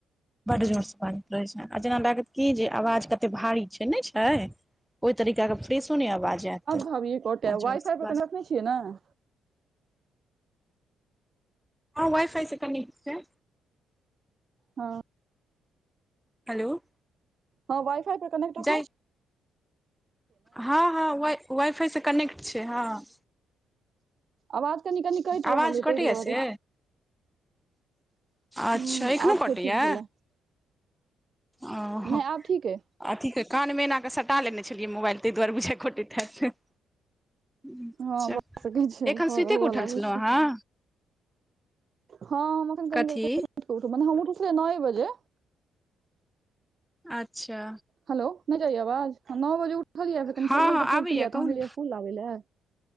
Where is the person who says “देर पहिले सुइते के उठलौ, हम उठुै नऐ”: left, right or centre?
Right